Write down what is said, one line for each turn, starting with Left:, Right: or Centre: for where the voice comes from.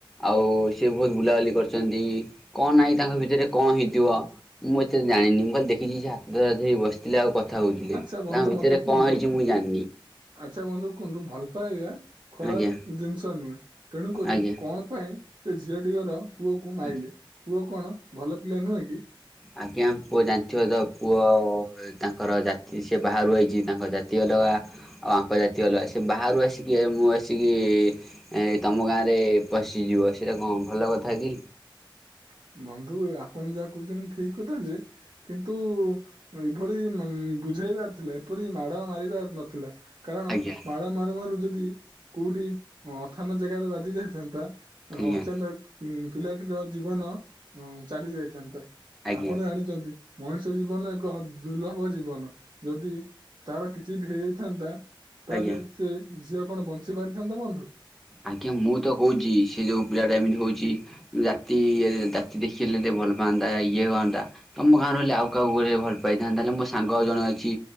Centre: ଆଉ, ସେ ବୋହୁତ ବୁଲାବୁଲି କରିଚନ୍ତି। କଁ ନାଇଁ ତାଙ୍କ ଭିତରେ କଁ ହେଇ ଥିବ ମୁଁ ଏତେ ଜାଣିନି ମୁଁ ଖାଲି ଦେଖିଚି ହାତ ଧରା ଧରି ହେଇ ବସିଥିଲେ ଆଉ କ ଥା ହଉଥିଲେ,
Right: ଆଚ୍ଛା ବନ୍ଧୁ
Centre: ତାଙ୍କ ଭିତରେ
Right: ମତେ କୁହନ୍ତୁ
Centre: କଁ ହେଇଚି ମୁଁ ଜାଣିନି।
Right: ଆଚ୍ଛା! ବନ୍ଧୁ କୁହନ୍ତୁ ଭଲ ପାଇବା ଖରାପ୍
Centre: ଆଜ୍ଞା
Right: ଜିନ୍ଷ ନୁହେଁ, ତେଣୁକରି
Centre: ଆଜ୍ଞା
Right: କଣ ପାଇଁ ସେ ଝିଅଟିି ଘର ପୁଅକୁ
Centre: ଆଚ୍ଛା
Right: ମାଇଲେ, ପୁଅ କଣ ଭଲ ପିଲା ନୁହେଁ କି?
Centre: ଆଜ୍ଞା ପୁଅ ଜାଣିଥିବ ତ ପୁଅ ତାଙ୍କର ଜାତି ସେ ବାହାରୁ ଆଇଛି ତାଙ୍କ ଜାତୀଅ ଅଲଗା ଆଉ ଆଙ୍କ ଜାତୀୟ ଅଲଗା ସେ ବାହାରୁ ଆସିକି ମୁଁ ଆସିକି ତମ ଗାଁରେ ଏ ପଶିଯିବ ସେଇଟା କଁ ଭଲ କଥା କି
Right: <unintelligible> ବନ୍ଧୁ ଆପଣ ଯାହା କୋହୁଚନ୍ତି ଠିକ୍ କଥା ଯେ କିନ୍ତୁ ଏଭଳି ନୁଁ ବୁଝେଇବାର ଥିଲା ଏପରି ମାଡ ମାରିବାର ନଥିଲା। କାରଣ
Centre: ଆଜ୍ଞା
Right: ମାଡ ମାରୁମାରୁ ଯଦି କୋଉଠି ଅଥାନ ଜାଗାରେ ବାଜି ଯାଇଥାନ୍ତା
Centre: ଆଜ୍ଞା
Right: ଅଚାନକ୍ ପିଲାଟିର ଜୀବନ ହଁ ଚାଲି ଯାଇଥାନ୍ତା
Centre: ଆଜ୍ଞା
Right: ଆପଣ ଜାଣିଚନ୍ତି ମଣିଷ ଜୀବନ ଏକ ଦୁର୍ଲଭ ଜୀବନ ଯଦି ତାର କିଛି ବି ହେଇଯାଇଥାନ୍ତା ତାହେଲେ
Centre: ଆଜ୍ଞା।
Right: ସେ ଝିଅ କଣ ବଞ୍ଚି ପାରି ଥାନ୍ତା ବନ୍ଧୁ?
Centre: ଆଜ୍ଞା ମୁଁ ତ କୋହୁଚି ସେ ଯୋଉ ପିଲାଟା ଏମିତି ହଉଚି ଜାତି, ଜାତି ଦେଖିଲେ ଦେ ଭଲ୍ ପାଆନ୍ତା ଇଏ ହଅନ୍ତା ତମ ଗାଁ ର ହେଲେ ଆଉ କାହାକୁ ଗୋରେ ଭଲ ପାଇଥାନ୍ତା ହହେଲେ ମୋ ସାଙ୍ଗଉ ଜଣେ ଅଛି